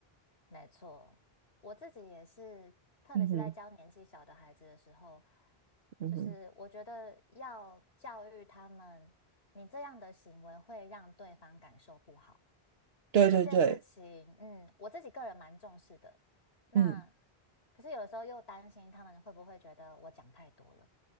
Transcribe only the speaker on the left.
没错，我自己也是，特别是在教年纪小的孩子的时候，
就是我觉得要教育他们，你这样的行为会让对方感受不好，
这件事情，嗯，我自己个人蛮重视的。那
可是有的时候又担心他们会不会觉得我讲太多了。